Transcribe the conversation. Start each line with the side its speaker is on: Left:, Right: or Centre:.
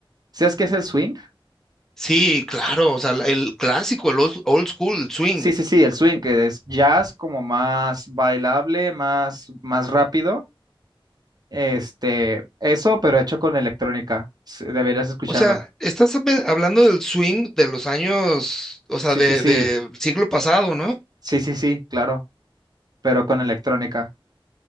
Right: ¿Sabes qué es el swing?
Centre: Sí, claro, o sea, el clásico, el old, old school, el swing.
Right: Sí, sí, sí, el swing, que es jazz como más bailable, más, más rápido. Este, eso, pero hecho con electrónica. S- Deberías escucharlo.
Centre: O sea, estás hab- hablando del swing de los años, o sea,
Right: Sí,
Centre: de,
Right: sí, sí,
Centre: de siglo pasado, ¿no?
Right: sí, sí, sí, claro, pero con electrónica.